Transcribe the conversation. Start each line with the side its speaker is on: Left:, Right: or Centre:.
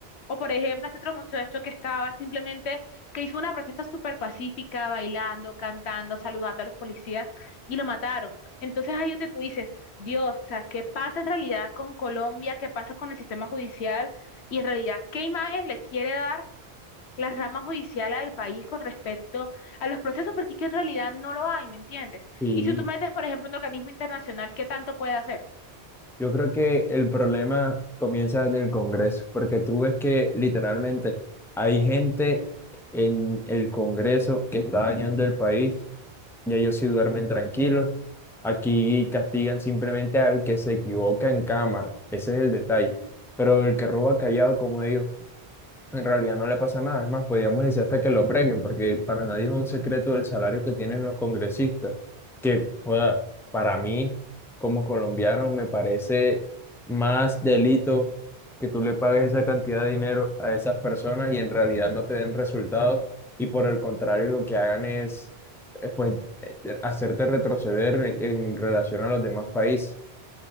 Left: O por ejemplo, este otro muchacho que estaba simplemente, que hizo una protesta súper pacífica, bailando, cantando, saludando a los policías y lo mataron. Entonces ahí donde tú dices, Dios, o sea, ¿qué pasa en realidad con Colombia? ¿Qué pasa con el sistema judicial? Y en realidad, ¿qué imagen le quiere dar? la rama judicial al país con respecto a los procesos, porque es que en realidad no lo hay, ¿me entiendes?
Centre: Sí,
Left: Y si tú metes, por ejemplo, un organismo internacional, ¿qué tanto puede hacer?
Centre: yo creo que el problema comienza desde el Congreso, porque tú ves que literalmente hay gente en el Congreso que está dañando el país ya ellos sí duermen tranquilos. Aquí castigan simplemente al que se equivoca en cámara, ese es el detalle. Pero el que roba callado como ellos en realidad no le pasa nada, es más, podríamos decir hasta que lo premien, porque para nadie es un secreto el salario que tienen los congresistas, que joda, para mí, como colombiano, me parece más delito que tú le pagues esa cantidad de dinero a esas personas y en realidad no te den resultados y por el contrario lo que hagan es, eh, pues, eh, hacerte retroceder en en relación a los demás países.